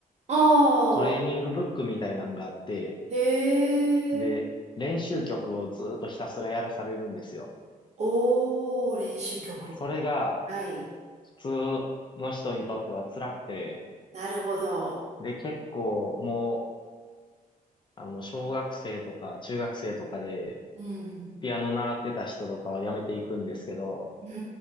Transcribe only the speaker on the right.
ああ、
へえ、
おー、練習曲。
はい。
なるほど。
うん。
うー